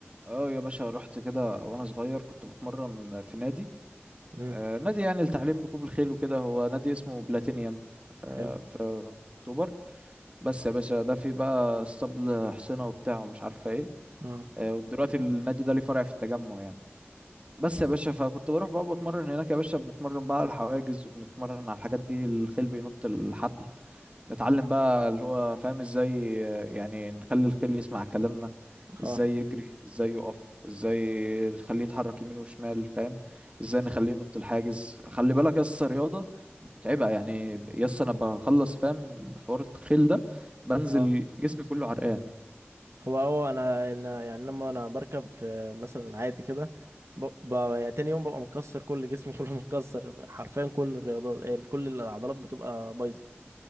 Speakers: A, on the right; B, on the right.
A: اه يا باشا رحت كده وانا صغير كنت بتمرن في نادي
B: امم
A: آه نادي يعني لتعليم ركوب الخيل وكده هو نادي اسمه بلاتينيوم آه
B: حلو
A: في اكتوبر بس يا باشا ده فيه بقى اسطبل حصينة وبتاع ومش عارفة ايه
B: اه
A: آه ودلوقتي النادي ده ليه فرع في التجمع يعني بس يا باشا فكنت بروح بقى بتمرن هناك يا باشا بنتمرن بقى على الحواجز وبنتمرن على الحاجات دي الخيل بينط الحبل نتعلم بقى اللي هو فاهم ازاي آه، يعني نخلي الخيل يسمع كلامنا ازاي
B: اه
A: يجري ازاي يقف ازاي نخليه يتحرك يمين وشمال فاهم ازاي نخليه ينط الحاجز خلي بالك يس رياضة متعبة يعني يس انا بخلص فاهم حوار الخيل ده بنزل
B: اه
A: جسمي كله عرقان
B: هو اه انا انا يعني لما انا بركب في مثلا عادي كده ب... ب... يعني تاني يوم ببقى مكسر كل جسمي <laughs> كله متكسر حرفيا كل الرياضات إيه، كل العضلات بتبقى بايظه